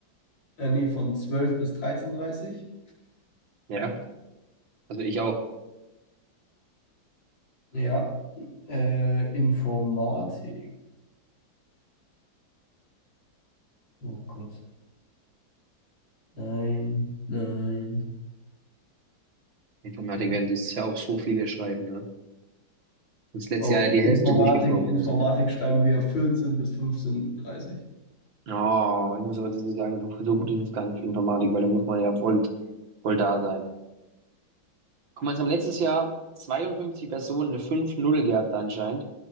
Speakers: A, on the left; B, on the right.
A: äh, nee, von zwölf bis dreizehn Uhr dreißig
B: Ja, also ich auch.
A: Ja, äh, Informatik. Oh Gott. Nein, nein.
B: Informatik
A: Hä?
B: werden dieses Jahr auch so viele schreiben, ne? Und das letzte
A: Oh,
B: Jahr die
A: Informatik,
B: Hälfte durchgeflogen
A: Informatik
B: ist.
A: schreiben wir vierzehn bis 15.30
B: Oh, ich muss aber tatsächlich sagen, so, so gut ist es gar nicht für Informatik, weil da muss man ja voll, voll da sein. Guck mal, es haben letztes Jahr 52 Personen eine 5-0 gehabt anscheinend,